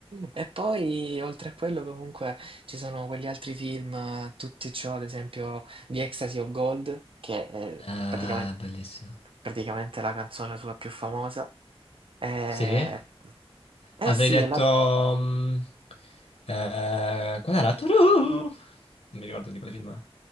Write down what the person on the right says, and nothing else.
E poi oltre a quello comunque ci sono quegli altri film, eh, tutti ciò, ad esempio The Ecstasy of Gold, che è
praticamente,
praticamente la canzone sua più famosa. Eh,
eh
sì,
è la...